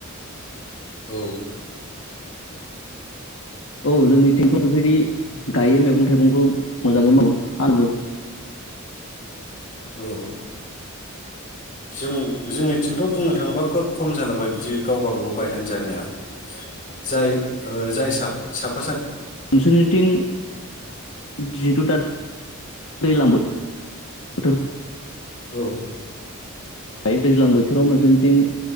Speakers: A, on the left (about 40°); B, on the left (about 70°).
A: औ
B: औ जोंनिथिंथ' बेबायदि गायो मैगं थाइगंखौ मोजाङै मावो फानोबो
A: औ जों जोंनिथिंथ' बुंनो थाङोबा खोब खम जालांबाय बिदि गाव गावबागाव गायनानै जानाया जाय ओ जाय साफा सफ
B: नोंसोरनिथिं जिहेथु दा दैलांबो हटेल
A: औ
B: दैज्लां बोथोराव नजोरथिं